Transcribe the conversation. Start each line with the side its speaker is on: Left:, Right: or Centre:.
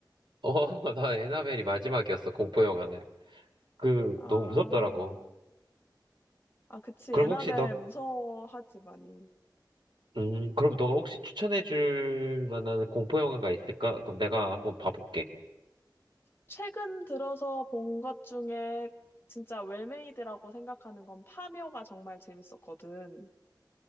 Right: 어, <laughs> 나 애나벨이 마지막이었어, 공포 영화는. 그,
Left: 아,
Right: 너무 무섭더라고.
Left: 아, 그치.
Right: 그럼
Left: 에나벨
Right: 혹시 너
Left: 무서워하지, 많이.
Right: 음, 그럼 너가 혹시 추천해줄 만한 공포 영화가 있을까? 그럼 내가 한번 봐볼게.
Left: 최근 들어서 본 것 중에 진짜 웰메이드라고 생각하는 건 파묘가 정말 재밌었거든.